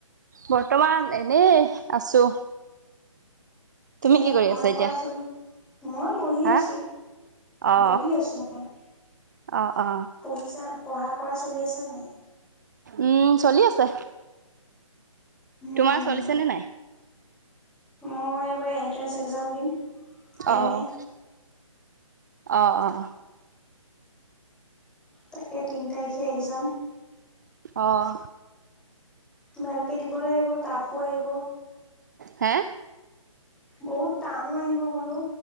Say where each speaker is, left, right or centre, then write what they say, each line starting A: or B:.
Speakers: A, on the right (about 35°); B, in the centre.
A: বৰ্তমান এনেই আছো তুমি
B: এনে
A: কি কৰি
B: পাৰ
A: আছা এতিয়া
B: কৰা চলো মই বহি
A: হা
B: আছো
A: অ
B: বহি আছো মই
A: অ অ
B: পঢ়িছা পঢ়া কৰা চলি আছে নাই
A: উম চলি আছে।
B: উম
A: তোমাৰ চলিছে নে নাই
B: মই এইবাৰ এণ্ট্ৰেন্ঞ্চ একজাম দিম এম
A: আহ
B: এ
A: আহ আহ
B: তাকে তিনি তাৰিখে এক্জাম
A: আঁহ
B: ভালকে দিব লাগিব টাফো আহিব
A: হে
B: বহুত টানো আহিব বোলো